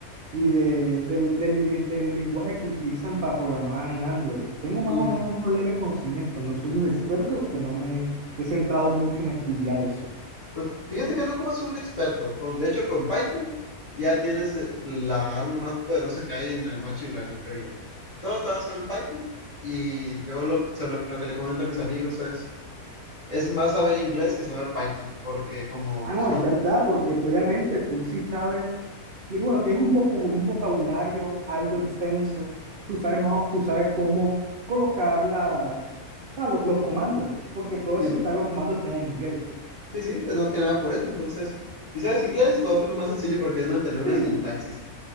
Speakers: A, on the right; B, on the left.
A: y de, del, del- eh, del lenguaje que utilizan para programar en Android. Tengo más
B: Ujú.
A: o menos unos leves conocimientos, no soy un experto porque no me he centrado mucho en estudiar eso.
B: Pues fíjate que no ocupas un experto. Con, de hecho, con Python ya tienes eh, la arma más poderosa que hay en el Machine Learning, creo yo. Todo está basado en Python y yo lo, se lo, lo que le comento a mis amigos es, es más saber inglés que saber Python, porque como
A: Ah, no,
B: son,
A: es verdad, porque tú, obviamente tú sí sabes, tiene, bueno, tienes un, poco, un vocabulario algo extenso, tú sabes, más o- tú sabes cómo colocar las, o sea, lo- los comandos, porque todo
B: sí,
A: eso está, los comandos están en inglés.
B: sí, sí, es más que nada por eso. Entonces, si sabes inglés, lo otro es más sencillo porque es mantener una
A: Sí,
B: sintaxis.